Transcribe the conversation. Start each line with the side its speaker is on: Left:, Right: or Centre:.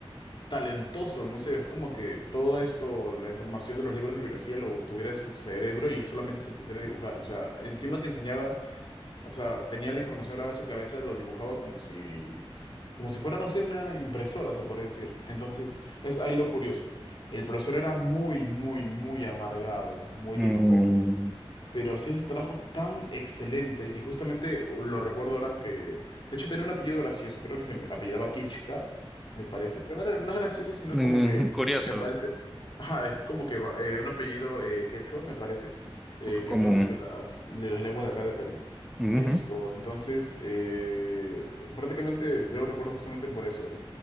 Left: talentoso, no sé, es como que todo esto, la información de los libros de biología lo tuviera en su cerebro y él solamente se pusiera a dibujar. O sea, encima que enseñaba, o sea, tenía la información grabada en su cabeza, lo dibujaba como si, como si fuera, no sé, una impresora, se puede decir. Entonces, es ahí lo curioso. El profesor era muy, muy, muy amargado, muy
Centre: Mm,
Left: enojón pero hacía su trabajo tan excelente y justamente uh, lo recuerdo ahora que, de hecho tenía un apellido gracioso, creo que se me apellidaba Kichka, me parece. No, era- no es gracioso, sino
Centre: Mm,
Left: es como que,
Centre: curioso,
Left: me parece, ajá, es como que va- eh, un apellido eh, quechua, me parece, eh,
Centre: poco común.
Left: que es una de las, de las lenguas de acá de Perú.
Centre: Ujú.
Left: Esto, entonces, eh, prácticamente yo lo recuerdo justamente por eso.